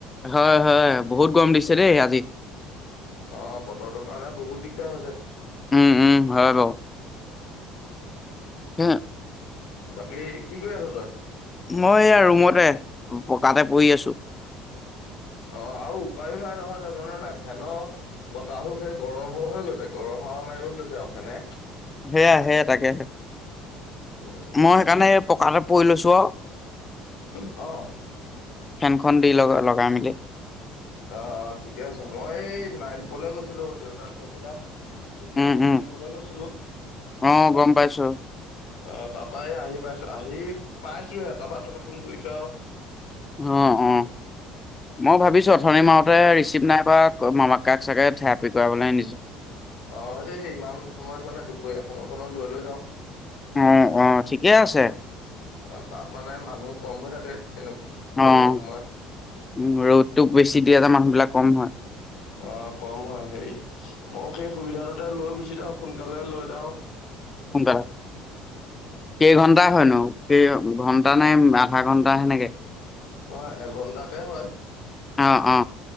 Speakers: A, on the left; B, on the left.
A: হয় হয় বহুত গৰম দিছে দেই আজি
B: অ বতৰটো কাৰণে বহুত দিগ <unintelligible>
A: উম উম হয় বা ওঁ হ
B: বাকী কি কৰি আছ তই
A: মই এয়া ৰুমতে পকাতে পৰি আছো
B: অ আ উপায় নাই নহয় জানোনে নাই ফেনৰ বতাহো সেই গৰম হৈ হৈ গৈছে গৰম হাৱা মাৰিবলৈ লৈছে আৰু ফেনে
A: সেয়া সেয়া তাকে সে
B: উম
A: মই সেইকাৰণে পকাতে পৰি লৈছো আৰু
B: অ
A: ফেনখন দি লগা লগাই মেলি
B: অ অ ঠিকে আছে মই এই নাইনপুৰলে গৈছিলো দেউতাক লৈ পেলাই সেই
A: উম উম
B: <unintelligible> কৰিবলৈ গৈছিলো
A: অ গম পাইছো
B: অ তাৰাপই আহি পাইছো আহি পাইছোহে তপা ত ফোন কৰিছ আৰু।
A: অ অ মই ভাবিছোঁ থনি মাৰোতে ৰিচিপ্ট নাই কৰা মামাকাক চাগে থেৰাপি কৰালৈ নিছো।
B: অ এই ইমান সময়ত মানে দুপৰীয়া সময়কণত লৈ লৈ যাও।
A: অ অ ঠিকেই আছে।
B: অ তাত মানে মানুহ কম হৈ থাকে তেনে তেনেকুৱা
A: অ
B: সময়ত।
A: উম ৰ'দতোক বেছি দিয়া টে মানুহ বিলাক কম হয়।
B: অ কম হয় হেৰি ময়ো সেই সুবিধাটোতে লৈ গুচি যাওঁ সোনকালে লৈ যাও।
A: সোনকালে কেইঘন্টা হয়নো কেই ঘন্টা নাই। আধা ঘন্টা সেনেকে।
B: নহয় এঘন্টাকে হয়।
A: অ অ